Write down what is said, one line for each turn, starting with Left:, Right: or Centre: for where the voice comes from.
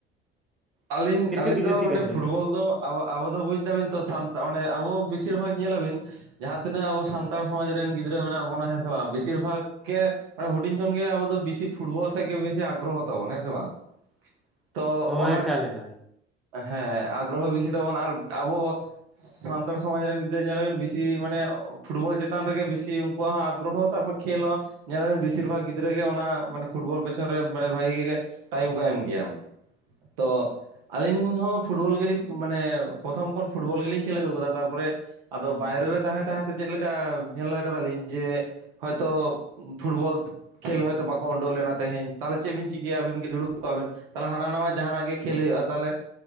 Right: ᱟᱹᱞᱤᱧ
Centre: ᱠᱨᱤᱠᱮᱴ
Right: ᱟᱹᱞᱤᱧ
Centre: ᱜᱮ
Right: ᱫᱚ
Centre: ᱡᱟᱹᱥᱛᱤ
Right: ᱢᱟᱱᱮ
Centre: ᱠᱟᱭᱛᱮᱞᱤᱧ
Right: ᱯᱷᱩᱴᱵᱚᱞ,
Centre: ᱠᱩᱥᱤᱭᱟᱜᱼᱟ
Right: ᱫᱚ ᱟᱵᱚ ᱟᱵᱚ ᱫᱚ ᱵᱩᱡᱽ ᱫᱟᱵᱤᱱ ᱛᱚ ᱥᱟᱱᱛ ᱢᱟᱱᱮ ᱟᱵᱚ ᱵᱮᱥᱤᱨ ᱵᱷᱟᱜᱽ ᱧᱮᱞ ᱟᱵᱤᱱ ᱡᱟᱦᱟᱸ ᱛᱤᱱᱟᱹᱜ ᱟᱵᱚ ᱥᱟᱱᱛᱟᱲ ᱥᱚᱢᱟᱡᱽ ᱨᱮᱱ ᱜᱤᱫᱽᱨᱟᱹ ᱢᱮᱱᱟᱜ ᱵᱚᱱᱟ ᱦᱮᱸ ᱥᱮ ᱵᱟᱝ ᱵᱮᱥᱤᱨ ᱵᱷᱟᱜᱽ ᱜᱮ ᱢᱟᱱᱮ ᱦᱩᱰᱤᱧ ᱠᱷᱚᱱ ᱜᱮ ᱟᱵᱚ ᱵᱤᱥᱤ ᱯᱷᱩᱴᱵᱚᱞ ᱥᱮᱫᱜ ᱜᱮ ᱵᱤᱥᱤ ᱟᱜᱽᱨᱚᱛᱷ ᱛᱟᱵᱚᱱ ᱦᱮᱸᱥᱮ ᱵᱟᱝ ᱛᱚ
Centre: ᱦᱳᱭ
Right: ᱚᱱᱟ
Centre: ᱮᱠᱟᱞ ᱮᱠᱟᱞ
Right: ᱦᱮᱸ ᱟᱜᱽᱨᱚ ᱦᱚᱸ ᱵᱮᱥᱤ ᱛᱟᱵᱚᱱ ᱟᱨ ᱟᱵᱚ ᱥᱟᱱᱛᱟᱲ ᱥᱚᱢᱟᱡᱽ ᱨᱮᱱ ᱜᱤᱫᱽᱨᱟᱹ ᱧᱮᱞᱤᱱ ᱵᱤᱥᱤ ᱢᱟᱱᱮ ᱯᱷᱩᱴᱵᱚᱞ ᱪᱮᱛᱟᱱ ᱨᱮᱜᱮ ᱵᱤᱥᱤ ᱩᱱᱠᱩᱣᱟᱜ ᱦᱚᱸ ᱟᱜᱽᱨᱚᱦᱚᱨ ᱛᱟᱯᱚᱨ ᱠᱷᱮᱞ ᱦᱚᱸ ᱧᱮᱞ ᱟᱵᱤᱱ ᱵᱮᱥᱤᱨ ᱵᱷᱟᱜᱽ ᱜᱤᱫᱽᱨᱟᱹ ᱜᱮ ᱚᱱᱟ ᱢᱟᱱᱮ ᱯᱷᱩᱴᱵᱚᱞ ᱯᱮᱪᱷᱚᱱ ᱨᱮ ᱢᱟᱱᱮ ᱵᱷᱟᱜᱤ ᱜᱮ ᱴᱟᱭᱤᱢ ᱠᱚ ᱮᱢ ᱜᱮᱭᱟᱢ ᱛᱚ ᱟᱹᱞᱤᱧ ᱦᱚᱸ ᱯᱷᱩᱴᱵᱚᱞ ᱜᱮᱞᱤᱧ ᱢᱟᱱᱮ ᱯᱨᱚᱛᱷᱚᱢ ᱠᱷᱚᱱ ᱯᱷᱩᱴᱵᱚᱞ ᱜᱮᱞᱤᱧ ᱠᱷᱮᱞ ᱟᱹᱜᱩ ᱠᱟᱫᱟ ᱛᱟᱨᱯᱚᱨᱮ ᱟᱫᱚ ᱵᱟᱭᱨᱮ ᱨᱮ ᱛᱟᱦᱮᱸ ᱛᱟᱦᱮᱸ ᱛᱮ ᱪᱮᱫ ᱞᱮᱠᱟ ᱧᱮᱞ ᱠᱟᱫᱟᱞᱤᱧ ᱡᱮ ᱦᱚᱭᱛᱚ ᱯᱷᱩᱴᱵᱚᱞ ᱠᱷᱮᱞ ᱦᱚᱭᱛᱚ ᱵᱟᱠᱚ ᱩᱰᱩᱜᱠ ᱞᱮᱱᱟ ᱛᱮᱦᱤᱧ, ᱛᱟᱦᱚᱞᱮ ᱪᱮᱫ ᱵᱤᱱ ᱪᱤᱠᱟᱹᱭᱟᱵᱤᱱ ᱜᱮ ᱫᱩᱲᱩᱵ ᱠᱚᱜ ᱟᱵᱤᱱ ᱛᱟᱦᱚᱞᱮ ᱦᱟᱱᱟ ᱱᱟᱣᱟ ᱡᱟᱦᱟᱱᱟᱜ ᱜᱮ ᱠᱷᱮᱞ ᱦᱩᱭᱩᱜᱼᱟ ᱛᱟᱦᱚᱞᱮ᱾